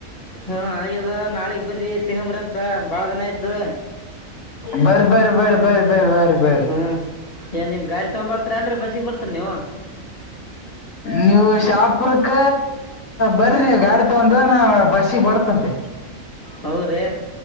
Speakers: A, on the left (about 25°); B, on the left (about 70°).
A: ಹ್ಮ ಹಾಗ್ಯದ ನಾಳಗ್ ಬರ್ರಿ ಸಿಂಗಂಬರಿ ಅಂತ ಬಾಳ ದಿನ ಆಯ್ತು
B: ಬರ್ರಿ ಬರ್ರಿ ಬರ್ರಿ ಬರ್ರಿ ಬರ್ರಿ ಬರ್ರಿ ಬರ್ರಿ
A: ಹ್ಮ್ ಏನ್ ನಿಮ್ದ್ ಗಾಡಿ ತಗೊ ಬರ್ತರಿ ಅಂದ್ರೆ ಬಸ್ಿಗೆ ಬರ್ತರಿ ನೀವು
B: ನೀವು ಶಾಪುರಕ್ಕ ಬರಿ ನೀವು ಗಾಡಿ ತಗೊಂಡ ನ ಬಸ್ಸಿಗೆ ಬರ್ತಂತೆ
A: ಹೌದ್ರಿ